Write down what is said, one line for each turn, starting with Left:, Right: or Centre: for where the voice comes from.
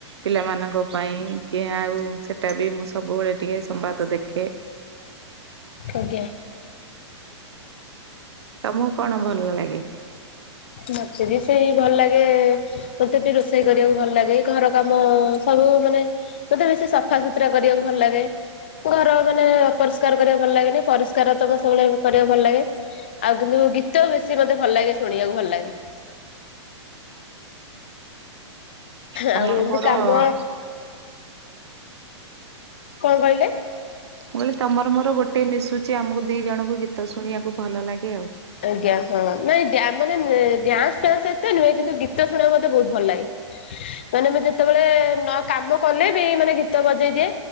Right: ପିଲାମାନଙ୍କ ପାଇଁ କି ଆଉ ସେଟା ବି ମୁଁ ସବୁବେଳେ ଟିକେ ସମ୍ବାଦ ଦେଖେ।
Left: ଆଜ୍ଞା।
Right: ତମକୁ କଣ ଭଲ ଲାଗେ।
Left: ମୋତେ ବି ସେଇ ଭଲ ଲାଗେ। ମତେ ବି ରୋଷେଇ କରିବାକୁ ଭଲ ଲାଗେ ଘର କାମ ସବୁ ମାନେ। ମୋତେ ବେଶୀ ସଫାସୁତୁରା କରିବାକୁ ଭଲ ଲାଗେ। ଘର ମାନେ ଅପରିଷ୍କାର କରିବାକୁ ଭଲ ଲାଗେନି ପରିଷ୍କାର ଥବ ସବୁବେଳେ କରିବାକୁ ଭଲ ଲାଗେ। ଆଉ କିନ୍ତୁ ଗୀତ ବେଶି ମତେ ଭଲ ଲାଗେ ଶୁଣିବାକୁ ଭଲ। ଲାଗେ
Right: ତମର
Left: ଆଉ ଏମତି
Right: ମୋର
Left: କାମ।
Right: ମୁଁ
Left: କଁ କହିଲେ।
Right: ମୁଁ କହିଲି ତମର ମୋର ଗୋଟେ ମିଶୁଛି ଆମକୁ ଦି ଜଣଙ୍କୁ ଗୀତ ଶୁଣିବାକୁ ଭଲ ଲାଗେ ଆଉ।
Left: ଆଜ୍ଞା ହଁ ନାଇଁ ଡ଼୍ୟାନ ମାନେ ଡ୍ୟାନ୍ସ ଫ୍ୟାନ୍ସ ଏତେ ନୁହେଁ କିନ୍ତୁ ଗୀତ ଶୁଣିବାକୁ ମତେ ବହୁତ ଭଲ ଲାଗେ। ମାନେ ମୁଁ ଯେତେବେଳେ ନ କାମ କଲେ ବି ମାନେ ଗୀତ ବଜେଇଦିଏ।